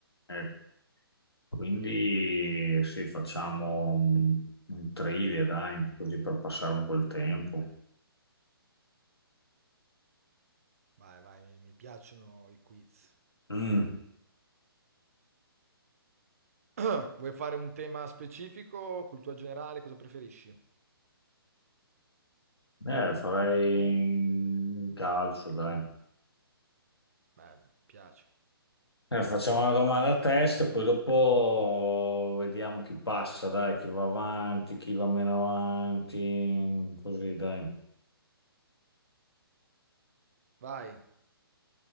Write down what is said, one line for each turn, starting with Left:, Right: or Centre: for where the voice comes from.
Left: Ecco, quindi sì, facciamo un, un trivia, dai, così per passare un po' il tempo.
Right: Vai, vai, mi, mi piacciono i quiz.
Left: Mm,
Right: <clears throat> Vuoi fare un tema specifico, cultura generale, cosa preferisci?
Left: eh, farei calcio, dai.
Right: Bello, mi piace.
Left: Eh, facciamo una domanda a testa, poi dopo vediamo chi passa, dai, chi va avanti, chi va meno avanti, così, dai.
Right: Vai.